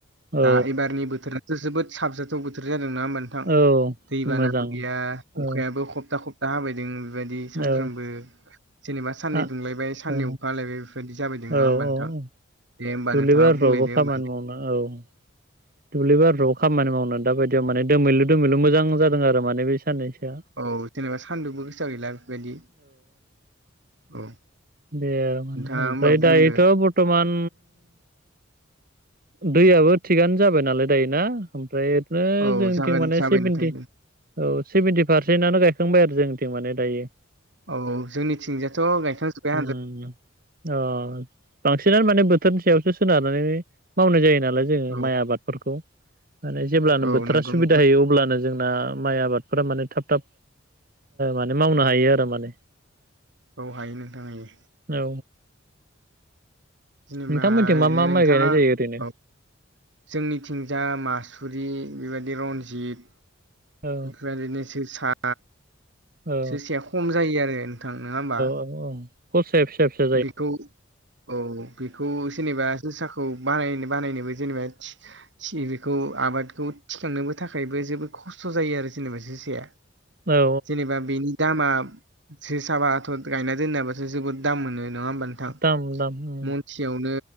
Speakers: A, on the right; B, on the right.
A: औ
B: दा एबारनि बोथोर जोबोद साबजाथाव बोथोर जादों ना ओमबा नोंथां
A: औ
B: दैबाना
A: मोजां
B: गैया अखायाबो
A: औ
B: खब्था खबथा दा हाबायदों बेबायदि सानफ्रामबो
A: औ
B: जेनेबा साननै
A: आ
B: दुंलायबाय साननै
A: औ
B: अखा हालायबाय। बेबायदि जाबाय नोंङा
A: औ
B: होनोमबा
A: औ
B: नोंथां
A: औ
B: दे होमबा
A: दुब्लि
B: नोंथाङा
A: बारिफ्रावबो
B: बुंलायदो
A: खामानि
B: होमबा दे
A: मावनो औ दुब्लि बारुआव खामानि मावनो दाबायदियाव माने दोमैलु- दोमैलु मोजां जादों आरो माने बे साननैसोआ।
B: औ जेनेबा सान्दुंबो गोसो गैला बेफोरबायदि औ।
A: दे आरो माने
B: नोंथाङा
A: ओमफ्राय
B: होमबा बुंदो
A: दायोथ' बरथमान दैयाबो थिगानो जाबाय नालाय दायो ना ओमफ्राय ओरैनो
B: औ
A: जोंनिथिं
B: जागोन
A: माने
B: जाबाय
A: सेभेनटि।
B: नोंथां
A: औ सेभेन्टि पारसेन्टनो गायखांबाय आरो जोंथिं माने दायो।
B: औ जोंनिथिंजायथ' गायखांजोबबाय
A: ओम औ बांसिन माने बोथोरनि सायावसो सोनारनानै मावनाय जायो नालाय जोंङो
B: औ
A: माइ आबादफोरखौ माने जेब्लानो
B: औ
A: बोथोरा
B: नंगौ
A: सुबिदा
B: नोंथां
A: होयो अब्लानो जोंना माइ आबादफोरा माने थाब-थाब माने मावनो हायो आरो माने।
B: औ हाय नोंथां हायो।
A: औ
B: जेनेबा
A: नोंथांमोनथिं
B: ओरैनो
A: मा मा
B: नोंथाङा
A: माइ गायनाय जायो ओरैनो।
B: औ जोंनिथिंजा मासुरि बेबायदि रनजित।
A: औ
B: बेफोरबायदिनो जोसा
A: औ
B: जोसाया खम जायो आरो नोंथां नङा होमबा।
A: औ‌ औ। खसाया फिसा-फिसा।
B: बेखौ औ बेखौ जेनेबा जोसाखौ बाहायनो बानायनोबो जेनेबा थि थि बेखौ आबादखौ थिखांनोबो थाखायबो जोबोद खस्थ' जायो आरो जेनेबा जोसाया।
A: औ
B: जेनेबा बेनि दामा जोसाबाथ' गायना दोननायाबाथ' जोबोद दाम मोनो नङा होमब नोंथां
A: दाम दाम उम
B: मनसेयावनो